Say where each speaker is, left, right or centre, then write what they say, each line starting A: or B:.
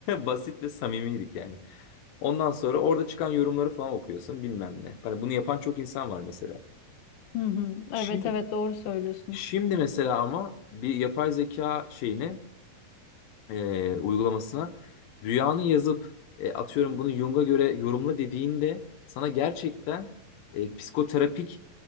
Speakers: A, on the left; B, on the left.
A: <laughs> basit ve samimiydik yani. Ondan sonra orada çıkan yorumları falan okuyorsun bilmem ne. Hani bunu yapan çok insan var mesela.
B: Hı hı.
A: Şimdi,
B: Evet evet doğru söylüyorsun.
A: şimdi mesela ama bir yapay zeka şeyine e, uygulamasına rüyanı yazıp e, atıyorum bunu Jung'a göre yorumla dediğinde sana gerçekten e, psikoterapik